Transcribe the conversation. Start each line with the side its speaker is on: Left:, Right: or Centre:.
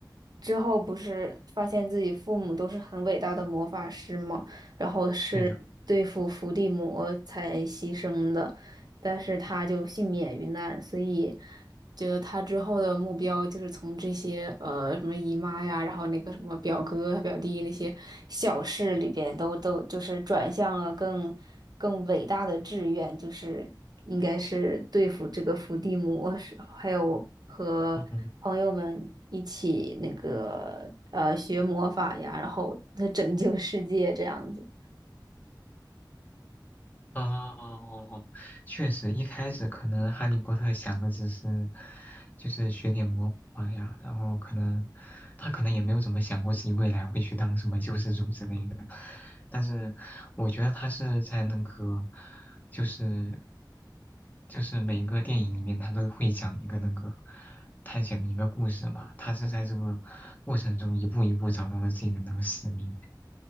Right: 之后不是发现自己父母都是很伟大的魔法师嘛，然后是对付伏地魔才牺牲的，
Left: 对的。
Right: 但是他就幸免于难，所以觉得他之后的目标就是从这些呃什么姨妈呀，然后那个什么表哥啊表弟那些小事里边都都就是转向了更更伟大的志愿，就是应该是对付这个伏地魔时，还有和朋友们一起那个呃学魔法呀，
Left: 嗯，
Right: 然后他拯救世界这样子。
Left: 哦，哦哦确实，一开始可能哈利波特想的只是，就是学点魔法呀，然后可能他可能也没有怎么想过自己未来会去当什么救世主之类的，但是我觉得他是在那个，就是就是每个电影里面他都会讲一个那个探险的一个故事嘛，他是在这个过程中一步一步找到了自己的那个使命。